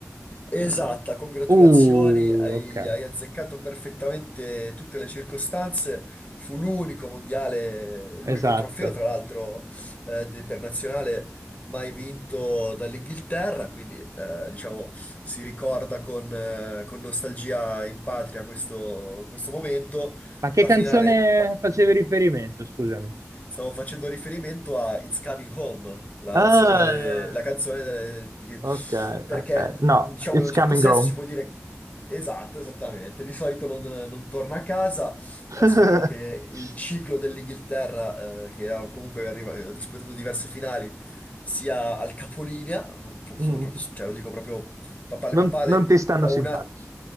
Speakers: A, on the left; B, on the right.
A: Esatta,
B: eh,
A: congratulazioni,
B: Uh,
A: hai,
B: ok,
A: hai azzeccato perfettamente tutte le circostanze. Fu l'unico mondiale, l'unico
B: esatto.
A: trofeo, tra l'altro, eh, de- per nazionale mai vinto dall'Inghilterra, quindi eh, diciamo si ricorda con, eh, con nostalgia in patria questo, questo momento.
B: Ma che
A: La
B: canzone
A: finale.
B: facevi riferimento, scusami?
A: Stavo facendo riferimento a It's Coming Home, la
B: Ah,
A: nazionale, la canzone delle- di che-
B: ok,
A: perché,
B: ok. No,
A: diciamo,
B: it's
A: in un
B: coming
A: certo senso
B: home.
A: si può dire esatto, esattamente. Di solito non, non torna a casa.
B: <laughs>
A: Eh, spero che il ciclo dell'Inghilterra, eh, che ha comunque arriva- ha disputato diverse finali, sia al capolinea. Non pro- sono
B: Mm,
A: proprio, cioè, lo dico proprio papale
B: Non,
A: papale.
B: non ti stanno
A: Ho
B: simpatici.
A: una,